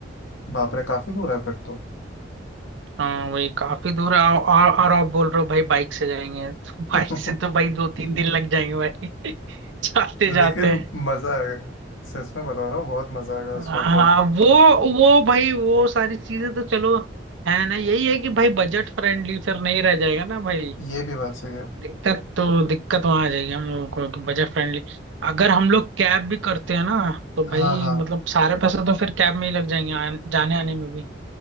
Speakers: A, on the left (about 85°); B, on the right (about 85°).
A: बाप रे काफी दूर है फिर तो
B: हाँ वही काफी दूर है और और और आप बोल रहे हो भाई बाइक से जाएंगे <laughs> तो
A: <laughs>
B: बाइक से तो भाई दो तीन दिन लग जाएंगे भाई <laughs> जाते
A: लेकिन
B: जाते
A: मजा आएगा सच में बता रहा हूँ बहुत मजा आएगा उसमें
B: हाँ
A: तो
B: वो वो भाई वो सारी चीजें तो चलो है ना यही है कि भाई बजट फ्रेंडली फिर नहीं रह जाएगा ना भाई
A: ये भी बात सही है
B: दिक्कत तो दिक्कत वहां आ जाएगी हम लोगों को तो बजट फ्रेंडली अगर हम लोग कैब भी करते हैं ना तो
A: हाँ
B: भाई
A: हाँ
B: मतलब सारे पैसे तो फिर कैब में ही लग जाएंगे आन- जाने आने में भी